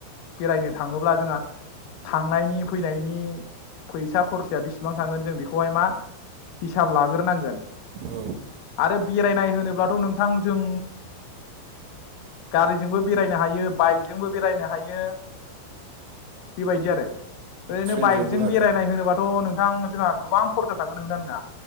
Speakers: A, on the left (about 85°); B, on the right (about 75°).
A: बेरायनो थाङोब्ला जोंहा थांनायनि फै फनायनि फैसा खरसाया बेसेबां थांगोन जों बेखौहाय मा हिसाब लाग्रोनांगोन
B: औ
A: आरो बेराय नाय होनोब्लाथ' नोंथां जों गारिजोंबो बेरायनो हायो बाइकजोंबो बेरायनो हायो बेबायदि आरो ओरैनो
B: ट्रेनजोंबो
A: बाइकजों
B: आरो
A: बेरायनाय होनोबाथ' नोंथां जोंहा गोबां खरसा थांगोन नोंना नङा